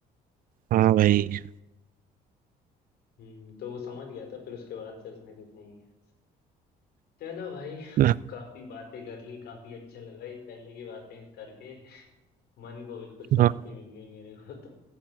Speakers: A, on the right; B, on the left.
A: हाँ भाई
B: हम्म तो वो समझ गया था फिर उसके बाद से उसने कुछ नहीं किया चलो भाई
A: हाँ
B: काफी बातें कर ली काफी अच्छा लगा ये पहले की बातें करके मन को बिल्कुल शांति
A: हाँ,
B: मिल गई मेरे को तो